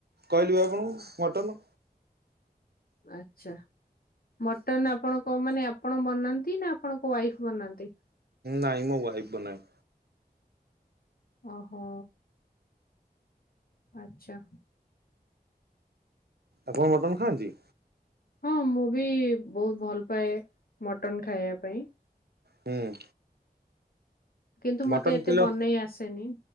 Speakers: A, on the right (about 80°); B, on the left (about 60°).
A: କହିଲି ବା ଆପଣଙ୍କୁ ମଟନ୍।
B: ଆଛା। ମଟନ ଆପଣଙ୍କ ମାନେ ଆପଣ ବନାନ୍ତି ନା ଆପଣଙ୍କ ୱାଇଫ୍ ବନାନ୍ତି
A: ନାଇଁ ମଁ ୱାଇଫ୍ ବନାଏ।
B: ଓହୋ। ଆଛା।
A: ଆପଣ ମଟନ୍ ଖାଆନ୍ତି?
B: ହଁ ମୁଁ ବି ବହୁତ ଭଲ ପାଏ ମଟନ ଖାଇବା ପାଇଁ।
A: ହୁଁ।
B: କିନ୍ତୁ
A: ମଟନ୍
B: ମତେ ଏତେ
A: କିଲୋ
B: ବନେଇ ଆସେନି।